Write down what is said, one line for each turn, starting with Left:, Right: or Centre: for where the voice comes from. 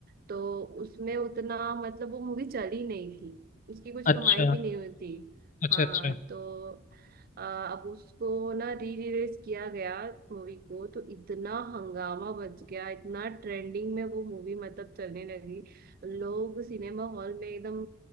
Right: तो उसमें उतना मतलब वो मूवी चली नहीं थी उसकी कुछ
Left: अच्छा
Right: कमाई भी नहीं हुई थी
Left: अच्छा
Right: हाँ
Left: अच्छा
Right: तो अ, अब उसको ना री रिलीज किया गया मूवी को तो इतना हंगामा बच गया इतना ट्रेंडिंग में वो मूवी मतलब चलने लगी लोग सिनेमा हॉल में एकदम